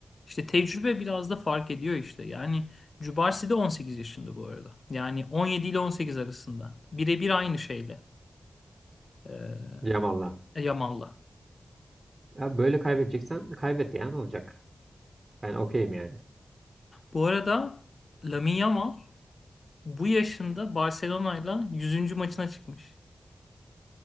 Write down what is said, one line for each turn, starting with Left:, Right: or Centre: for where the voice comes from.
Left: İşte tecrübe biraz da fark ediyor işte. Yani Cubarsi de 18 yaşında bu arada. Yani 17 ile 18 arasında. Birebir aynı şeyle. Ee,
Right: Yamal'la.
Left: E, Yamal'la.
Right: Ya böyle kaybedeceksen kaybet yani olacak. Ben okeyim yani.
Left: Bu arada Lamine Yamal bu yaşında Barcelona'yla yüzüncü maçına çıkmış.